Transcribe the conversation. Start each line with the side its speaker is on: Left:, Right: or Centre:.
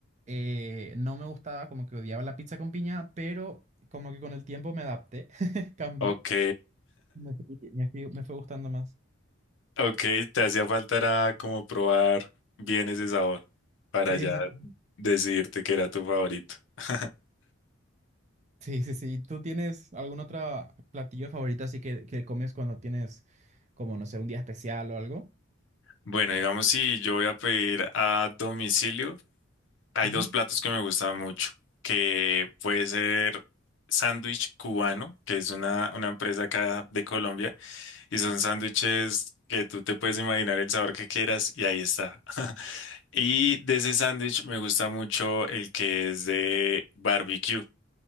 Right: eh, no me gustaba, como que odiaba la pizza con piña, pero como que con el tiempo me adapté, <laughs> cambié.
Left: Ok,
Right: Me fui- me fui- me fue gustando más.
Left: ok, te hacía falta era como probar bien ese sabor para
Right: Sí,
Left: ya
Right: sí,
Left: decidirte que era tu favorito. <laughs>
Right: sí, sí, sí. ¿Tú tienes algún otro platillo favorito así que, que comes cuando tienes, como, no sé, un día especial o algo?
Left: Bueno, digamos si yo voy a pedir a domicilio, hay
Right: Ujú,
Left: dos platos que me gustan mucho, que puede ser sándwich cubano, que es una, una empresa acá de Colombia Y son sándwiches que tú te puedes imaginar el sabor que quieras y ahí está. <laughs> Y de ese sándwich me gusta mucho el que es de barbecue.